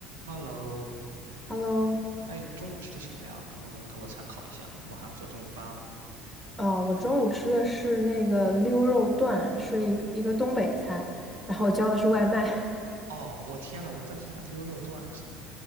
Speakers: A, on the right; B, in the centre.
A: Hello，
B: Hello，
A: 哎，你中午吃的什么呀？能不能给我参考一下？我马上要做中午饭了。
B: 哦，我中午吃的是那个溜肉段，是一个一个东北菜，然后我叫的是外卖，
A: 哦，我天呐，我当时想溜肉段什么？